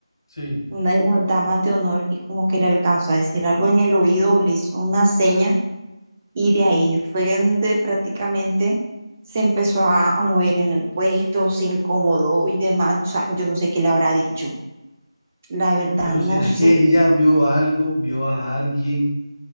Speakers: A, on the left (about 45°); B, on the right (about 20°).
A: sí.
B: una de las damas de honor y como que le alcanzó a decir algo en el oído, o le hizo una seña y de ahí fue donde prácticamente se empezó a, a mover en el puesto, se incomodó y demás. O sea, yo no sé qué le habrá dicho. La verdad
A: Pero
B: no
A: ¿será
B: sé
A: que ella vio algo, vio a alguien?